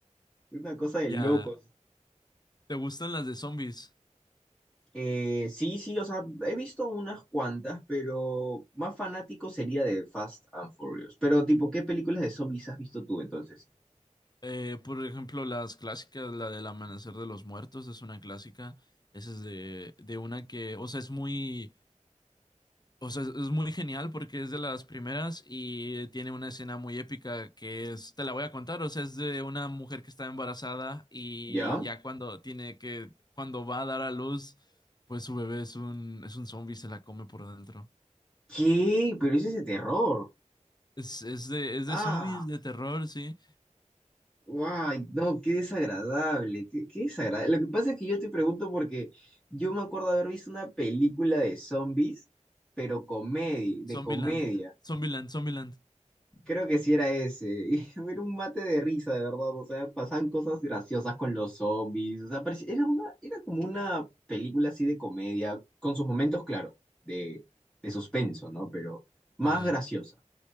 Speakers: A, in the centre; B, on the left.
A: Es una cosa de
B: Ya,
A: locos.
B: ¿te gustan las de zombies?
A: Eh, sí, sí, o sea, he visto unas cuantas, pero más fanático sería de Fast and Furious. Pero, tipo, ¿qué películas de zombies has visto tú entonces?
B: Eh, por ejemplo, las clásicas, la del Amanecer de los Muertos es una clásica. Esa es de, de una que, o sea, es muy, o sea, es es muy genial porque es de las primeras y tiene una escena muy épica que es, te la voy a contar, o sea, es de una mujer que está embarazada y
A: ¿Ya?
B: ya cuando tiene que, cuando va a dar a luz, pues su bebé es un, es un zombie, y se la come por dentro.
A: ¿Qué? Pero ese es de terror.
B: Es, es de, es
A: Ah.
B: de zombies, de terror, sí.
A: Guay, no, qué desagradable, qué, qué desagradable. Lo que pasa es que yo te pregunto porque yo me acuerdo haber visto una película de zombies, pero comedia, de
B: Zombieland,
A: comedia.
B: Zombieland, Zombieland.
A: Creo que sí era ese. <laughs> Y era un mate de risa, de verdad. O sea, pasaban cosas graciosas con los zombies. O sea, parecía- era una, era como una película así de comedia, con sus momentos, claro, de, de suspenso, ¿no? Pero más
B: Sí.
A: graciosa.